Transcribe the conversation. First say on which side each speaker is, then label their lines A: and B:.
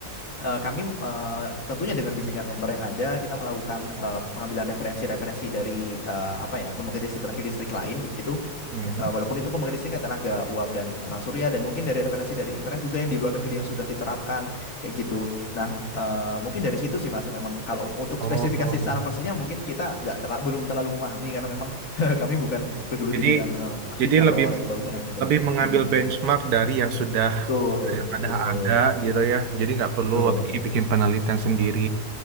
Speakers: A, on the left; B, on the right.
A: Eh, kami eh, tentunya dengan bimbingan mentor yang ada, kita melakukan eh, pengambilan referensi-referensi dari eh, apa ya pembangkit listrik pembangkit listrik lain gitu.
B: Hmm.
A: Eh,
B: hmm.
A: walaupun itu pembangkit listrik tenaga uap dan eh, surya dan mungkin dari referensi dari internet juga yang di luar negeri yang sudah diterapkan kayak gitu. Nah, eh, mungkin dari situ sih Mas memang kalau untuk
B: Oh.
A: spesifikasi secara persisnya mungkin kita nggak terla- belum terlalu memahami karena memang <laughs> kami bukan bergelut
B: Jadi
A: di bidang eh, mesin
B: jadi
A: atau
B: lebih
A: elektronya gitu.
B: lebih mengambil
A: Mm-mm.
B: benchmark dari yang sudah
A: Betul,
B: ada
A: betul,
B: ada gitu ya. Jadi nggak perlu
A: betul.
B: lagi bikin penelitian sendiri.